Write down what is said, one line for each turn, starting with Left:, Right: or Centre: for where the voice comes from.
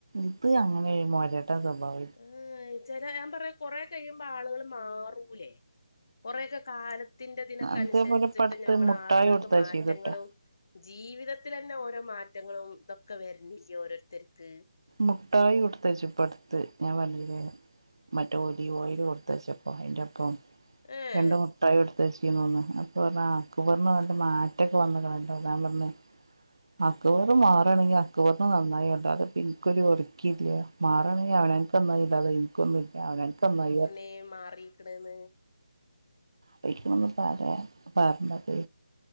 Right: ഇത് അങ്ങനെ ഒരു മോര സ്വഭാവ
Left: ഹ് ആയി ചില ഞാൻ പറയാ കൊറേ കയുമ്പോ ആളുകള് മാറൂലേ കൊറെക്കെ കാലത്ത് ത്തിന്റെ ദിനൊക്ക
Right: അതേപോലെ
Left: അനുസരിച്ചിട്ട്
Right: ഇപ്പ അടുത്ത്
Left: നമ്മളെ
Right: മുട്ടായി
Left: ആളുകൾക്ക്
Right: കൊടുത്തയച്ചീന്നുട്ടോ
Left: മാറ്റങ്ങളും ജീവിതത്തിലെന്നെ ഓരോ മാറ്റങ്ങളും ഇതൊക്കെ വരുന്നില്ലേ ഓരോരുത്തർക്ക്
Right: മുട്ടായി കൊടുത്തയ്ച്ചു ഇപ്പ അടുത്ത് ഞാൻ പറഞ്ഞില്ലേ മറ്റ ഒലിവോയില് കൊടുത്തച്ചപ്പോ അയിന്റെപ്പം
Left: ഏഹ്
Right: രണ്ട് മിട്ടായി കൊടുത്താച്ചീ ന്നു ന്ന്അപ്പൊ അക്ബറിന്നല്ല മാറ്റൊക്കെ വന്ന്ക്നല്ലോ ഞാൻ പറഞ്ഞു അക്ബറ്മാറാണെങ്കിൽ അക്കബറിന് നന്നായിട്ട അത് പി- ഇക്ക് ഒരലക്കിയില്ല മാറാണെങ്കിൽ അവനനക്ക്ന്നായി എനിക്കൊന്നുല്ല അവനാൻക്ക്ന്നായി
Left: ഏഹ് മാറിക്ക്ണ്ന്ന്
Right: വെയ്ക്ക്ണ്ന്ന് പറിയാ പർഞ്ഞത്